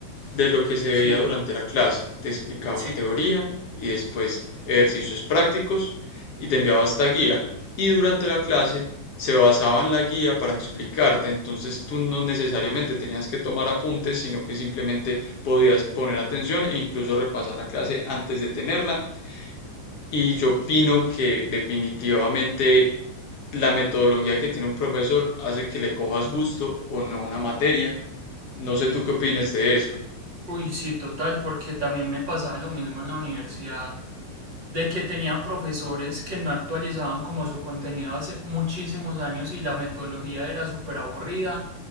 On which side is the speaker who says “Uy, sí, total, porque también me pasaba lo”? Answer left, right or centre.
Right